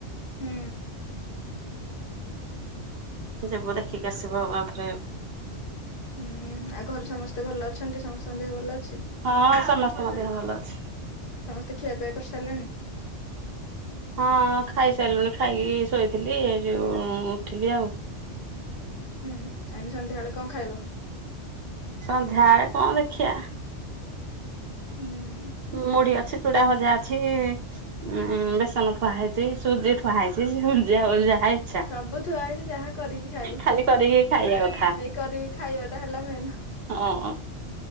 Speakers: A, on the left; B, on the right.
A: ହୁଁ।
B: ଯିବୁ ଦେଖିକି ଆସିବୁ ଆଉ ଥରେ।
A: ହୁଁ ଆଉ ଘରେ ସମସ୍ତେ ଭଲ ଅଛନ୍ତି ସମସ୍ତଙ୍କ ଦେହ ଭଲ ଅଛି?
B: ହଁ ସମସ୍ତ ଙ୍କ ଦେହ ଭଲ ଅଛି।
A: ସମସ୍ତେ ଖିଆପିଆ କରିସାରିଲେଣି?
B: ହଁ ଖାଇସାରିଲୁଣି ଖାଇକି ଶୋଇଥିଲି ଏଇ ଯୋଉ ଉଠିଲି ଆଉ।
A: ଆଇନି ସନ୍ଧ୍ୟାବେଳେ କଣ ଖାଇବ?
B: ସନ୍ଧ୍ୟାବେଳେ କଣ ଦେଖିଆ
A: ହୁଁ।
B: ମୁଢି ଅଛି ଚୁଡା ଭଜା ଅଛି ଉଁ ବେସନ ଥୁଆ ହେଇଛି ସୁଜି ଥୁଆ ହେଇଛି ସୁଜି ଓଜା ହେଇ ଆଛା
A: ସବୁ ଥୁଆ ହେଇଛି ଯାହା କରିକି ଖାଇବ
B: ଖାଲି କରିକି ଖାଇବା କଥା
A: ଏଇ କରିବି ଖାଇବା ଟା ହେଲା ମେନ।
B: ହଁ।